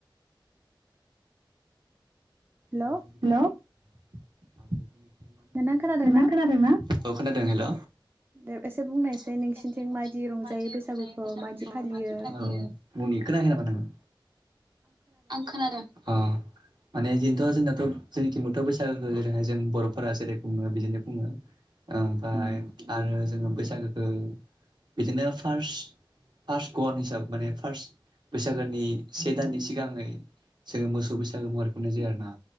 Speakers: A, on the right; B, on the right.
A: हेलौ
B: हेल'। <inaudible> <inaudible>
A: नोंथां खोनादों
B: नोंना
A: ना?
B: खोनादोंना ओ खोनां दों हेल'।
A: दे
B: एसे बुंनायसाय
A: नोंसिनिथिं
B: नोंसोरथिं
A: मायदि
B: मादि रंजायो
A: बैसागुखौ
B: बेसां
A: मायदि फालियो
B: <unintelligible> मादि थाबायो मनि खोनायाखै नामा नों आं खोनादों अ। माने जिनथ' जोंनाथ' जोंनिथिंबोथ' बैसागुखौ जेरैहाय जों बर'फोरा जेरै खुङो बिदिनो खुङो। ओमफ्राय
A: उम
B: आरो जोङो बैसागोखौ बिदिनो फार्स फार्स्ट गत हिसाब माने फार्स्ट बैसागोनि से दाननि सिगाङै। जोङो मोसौ बैसागो <unintelligible> जायो आरो ना